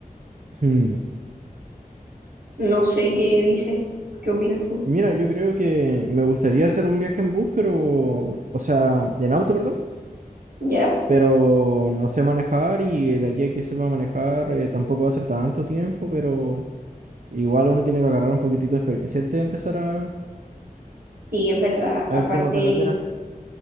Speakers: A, on the right; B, on the right.
A: Hmm.
B: No sé qué dices, qué opinas tú.
A: Mira, yo creo que me gustaría hacer un viaje en bus, pero, o sea, en auto, perdón,
B: ¿Ya?
A: pero no sé manejar y de aquí a que sepa manejar eh, tampoco va a ser tanto tiempo, pero... Igual uno tiene que agarrar un poquitito de experiencia antes de empezar a,
B: Sí, es verdad.
A: a
B: Aparte,
A: ir como a carretera.